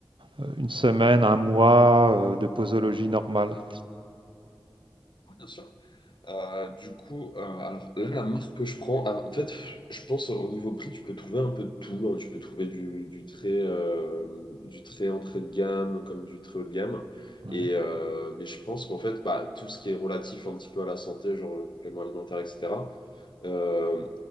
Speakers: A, on the right; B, on the left.
A: euh, une semaine, un mois euh, de posologie normale?
B: Ouais, Bien sûr. Euh, du coup, euh, alors là, la marque que je prends, alors, en fait, je pense au niveau prix, tu peux trouver un peu de tout. hein. Tu peux trouver du, du très, euh, du très entrée de gamme comme du très haut de gamme.
A: Ouais.
B: Et, euh, mais je pense qu'en fait, bah, tout ce qui est relatif un petit peu à la santé, genre euh, compléments alimentaires, etc. euh,